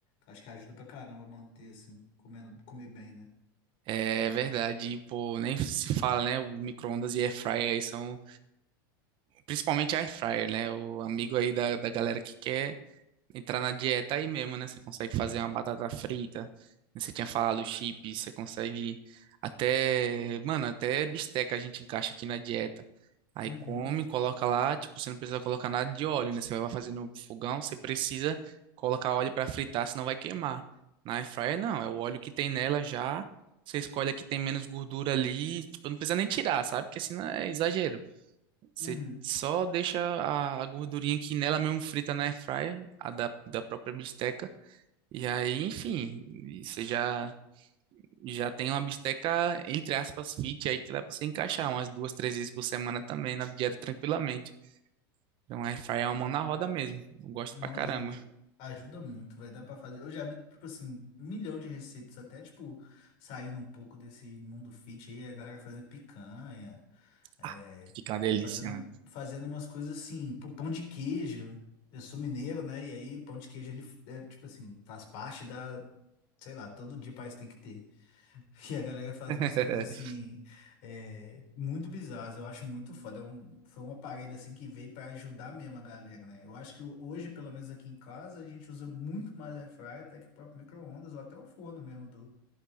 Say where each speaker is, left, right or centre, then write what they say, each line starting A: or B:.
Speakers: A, on the left; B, on the right.
A: Acho que ajuda pra caramba manter, assim, comendo, comer bem, né?
B: É verdade, e, pô, nem se fala, né? O micro-ondas e air fryer aí são, principalmente a air fryer, né? O amigo aí da, da galera que quer entrar na dieta aí mesmo, né? Você consegue fazer uma batata frita, né? você tinha falado chips, você consegue até, mano, até bisteca a gente encaixa aqui na dieta. Aí
A: Uhum,
B: come, coloca lá, tipo, você não precisa colocar nada de óleo, né? Você vai fazer no fogão, você precisa colocar óleo para fritar, senão vai queimar. Na air fryer não, é o óleo que tem nela já. Você escolhe a que tem menos gordura ali, tipo, não precisa nem tirar, sabe? Porque senão é exagero. Você
A: uhum.
B: só deixa a, a gordurinha que nela mesmo frita na airfryer, a da, da própria bisteca. E aí, enfim, e você já, já tem uma bisteca, entre aspas, fit aí que dá pra você encaixar umas duas, três vezes por semana também na dieta tranquilamente. Então, a airfryer é uma mão na roda mesmo. Eu gosto
A: Não
B: pra caramba.
A: ajuda, ajuda muito, vai dar pra fazer. Eu já vi, tipo assim, um milhão de receitas, até, tipo, saindo um pouco desse mundo fit aí, a galera fazendo picanha, é,
B: Ah, fica uma delícia,
A: fazendo,
B: mano.
A: fazendo umas coisas assim, pô, pão de queijo. Eu sou mineiro, né? E aí, pão de queijo, ele, é, tipo assim, faz parte da, sei lá, todo dia parece que tem que ter. E a galera faz
B: <laughs>
A: umas coisas assim, é, muito bizarras, eu acho muito foda. É um- foi uma parede assim que veio para ajudar mesmo a galera, né? Eu acho que hoje, pelo menos aqui em casa, a gente usa muito mais air fryer até que o próprio micro-ondas ou até o forno mesmo do,